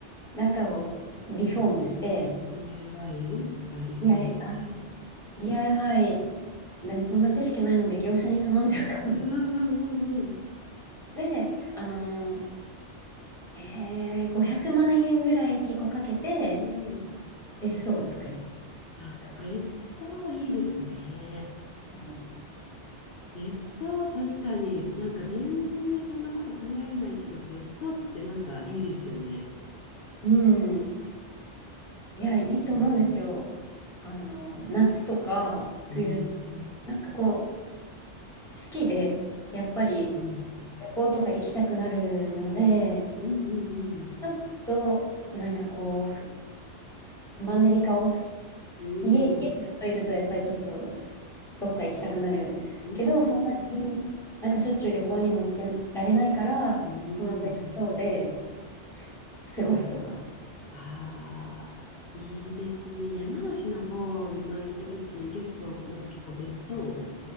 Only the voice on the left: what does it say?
DIY とかリフォームして。
うんうんうんうん
うん。うん。
あ、
別荘いいですね。
別荘確かになんか全然そんなこと考えないけど、別荘ってなんかいいですよね。
うん。
うん。
うん。
うんうん
うん。
うん。
うん。
ああいいですね。山梨の方に前行った時に結構、なんか結構別荘